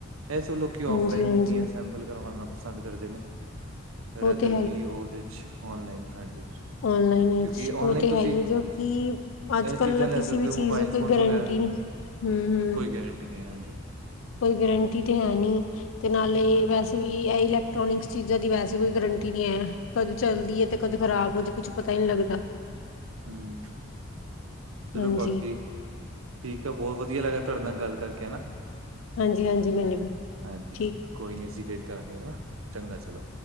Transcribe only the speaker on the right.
ਇਹ ਸਭ ਲੋਕੀ
ਆਫਲਾਈਨ ਹੀ ਅਸਬੰਲ ਕਰਉਣਾ ਪਸੰਦ ਕਰਦੇ ਨੇ।
ਰਦਰ
ਕੀ ਉਹਦੇ ਚ ਆਨਲਾਈਨ ਹਾਂਜੀ
ਕਿਉਂਕਿ
ਔਨਲਾਈਨ
ਤੁਸੀਂ
ਇਹ
ਚੀਜ਼ਾਂ ਲੈ
ਸਕਦੇ
ਹੋ ਮੋਬਾਇਲ
ਫੋਨ
ਵਗੈਰਾ
ਕੋਈ ਗਰੰਟੀ ਨਹੀਂ ਹਾਂਜੀ।
ਹਾਂਜੀ
ਹੂੰ। ਚਲੋ
ਬਾਕੀ ਠੀਕ ਆ ਬਹੁਤ ਵਧੀਆ ਲੱਗਿਆ ਤੁਹਾਡੇ ਨਾਲ ਗੱਲ ਕਰਕੇ ਹਨਾ।
ਹਾਂਜੀ
ਕੋਈ ਨੀ ਅਸੀਂ ਤੇ ਕਰਾਂਗੇ ਹੈ ਨਾ ਚੰਗਾ ਚਲੋ।